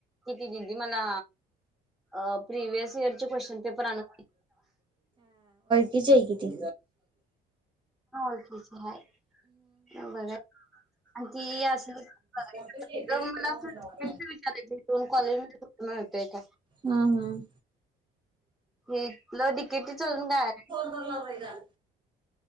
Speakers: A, in the centre; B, on the right (about 30°).
A: ती दिदी मला अ प्रिवेस इयरचे क्वेश्चन पेपर आणून
B: तीच आहे कीती
A: असलच आहे बघ आणि ती असे मला
B: हम्म
A: विचारायची दोन कॉलेज पण येतेय का
B: हम हम
A: इथलं डिकेटीच अजून काय
B: घरला